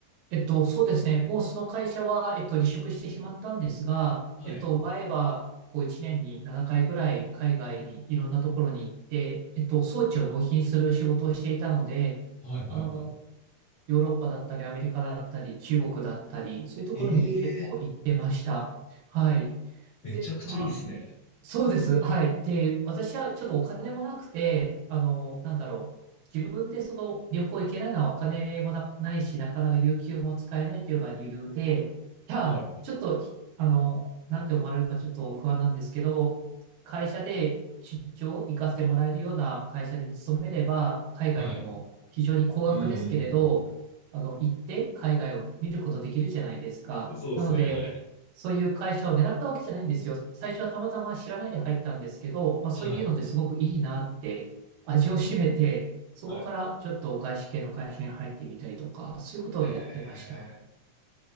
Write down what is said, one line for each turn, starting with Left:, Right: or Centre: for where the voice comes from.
Right: えっと、そうですね。もうその会社は、えっと、離職してしまったんですが、
Left: はい。
Right: えっと、前は、こう1年に7回ぐらい海外にいろんなところに行って、えっと、装置を納品する仕事をしていたので、
Left: はいはいはい。
Right: あの、ヨーロッパだったり、アメリカだったり、中国だったり、そういうところに結構行ってました。
Left: ええ
Right: はい。
Left: めちゃくちゃいいですね。
Right: で、まあ、そうです。はい。で、私はちょっとお金もなくて、あの、なんだろう。自分でその旅行行けないのはお金もな、ないし、なかなか有給も使えないというのが理由で、いや、
Left: はい。
Right: ちょっと、あの、なんて思われるかちょっと不安なんですけど、会社で出張行かせてもらえるような会社に勤めれば、海外にも非常に高額ですけれど、
Left: はい。うんうんうん
Right: あの、行って海外を見ることできるじゃないですか。
Left: うん。そうですね、
Right: なので、
Left: はい。
Right: そういう会社を狙ったわけじゃないんですよ。最初はたまたま知らないで入ったんですけど、まあそういうのってすごくいいなって、
Left: はい。
Right: 味を占めて、そこからちょっと外資系の会社に入ってみたりとか、
Left: はい。
Right: そういうことをやってました。
Left: ええ